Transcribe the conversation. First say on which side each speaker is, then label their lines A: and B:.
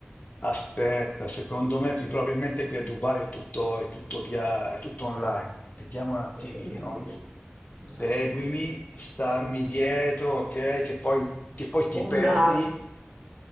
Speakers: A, on the left (about 40°); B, on the right (about 25°).
A: Aspetta, secondo me qui probabilmente qui a Dubai è tutto, è tutto via, è tutto online. Vediamo un attimino.
B: Tutto online, vedi? online,
A: Seguimi, stammi
B: online,
A: dietro, ok? Che poi, che poi ti
B: online,
A: perdi.